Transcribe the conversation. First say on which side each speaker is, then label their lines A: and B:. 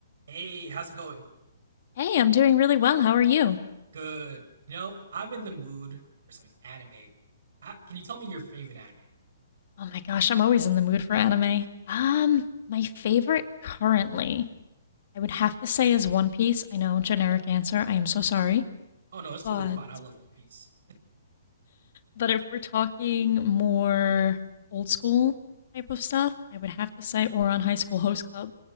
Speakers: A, on the right; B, on the left.
A: Hey, how's it going?
B: Hey, I'm doing really well. How are you?
A: Good. You know, I'm in the mood for some anime. Uh, Can you tell me your favorite anime?
B: Oh my gosh, I'm always in the mood for anime. Um, my favorite currently, I would have to say is One Piece. I know, generic answer. I am so sorry.
A: Oh no, it's totally
B: But
A: fine. I love One Piece.
B: but if we're talking more old school type of stuff, I would have to say Oron High School Host Club.